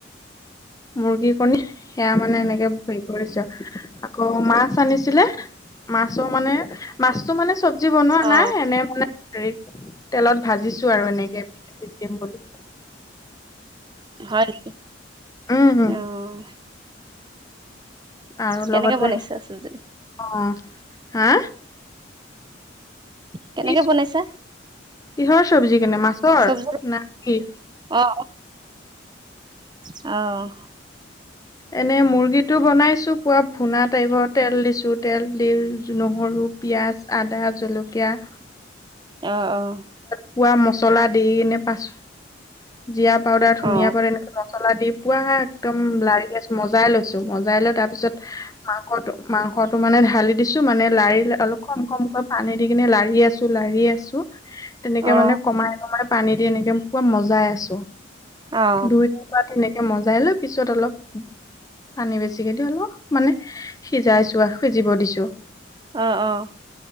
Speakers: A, on the left (about 20°); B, on the right (about 25°).
A: মুৰ্গীৰ কণী। সেয়া মানে এনেকে হেৰি কৰিছো, আকৌ মাছ আনিছিলে। মাছৰ মানে মাছটো মানে চব্জি বনোৱা
B: অ
A: নাই এনে মানে। হেৰিত তেলত ভাজিছো আৰু এনেকে <unintelligible> দিম বুলি।
B: হয়,
A: উম উম
B: অ'।
A: আৰু
B: কেনেকে
A: লগতে
B: বনাইছা চব্জি
A: অ', হা?
B: কেনেকে
A: কি
B: বনাইছা?
A: কিহৰ চব্জি কেনে মাছৰ
B: চব্জি
A: না কি?
B: অ অ অ'।
A: এনে মুৰ্গীটো বনাইছোঁ। পুৰা ভূনা টাইপৰ তেল দিছো তেল দি নহৰু, পিয়াজ, আদা জলকীয়া। <inaudible>
B: অ', অ'।
A: পোৱা মছলা দি কিনে পাছ। জিৰা পাউদাৰ ধুনীয়া
B: অ অ
A: পৰে এনেক মছলা দি পোৱা একদম লাৰি। মজাই লৈছো মজাই লৈ তাৰ পিছত মাংসত মাং। ংসটো মানে ঢালি দিছো মানে লাৰি অলপ কম কমকৈ পানী দি কিনে লাৰি আছোঁ। লাৰি আছো, তেনেকে
B: অ
A: মানে কমাই কমাই পানী দি এনেকে ম পোৱা মজাই আছোঁ।
B: অ
A: দুইটাৰ পৰা তেনেকে মজাই লৈ পিছত অলপ। পানী বেছিকে দি অলপ মানে সিজাইছোঁ আৰু সিজিব দিছোঁ।
B: অ', অ'।